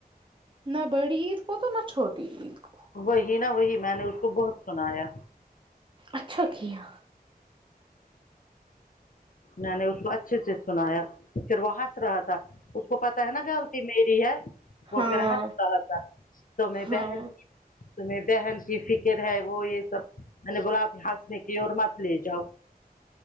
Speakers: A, on the right; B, on the left.
A: نہ بڑی عید کو تو نہ چھوٹی عید کو
B: وہی نا وہی میں نے اس کو بہت سنایا
A: اچھا کیا
B: میں نے اس کو اچھے سے سنایا پھر وہ ہنس رہا تھا اس کو پتا ہے نا غلطی میری ہے وہ
A: ہاں
B: پھر ہنس رہ تھا تو میں
A: ہاں
B: بہن کی تمہیں بہن کی فکر ہے وہ یہ سب میں نے بلا ہنسنے کی اور مت لے جاؤ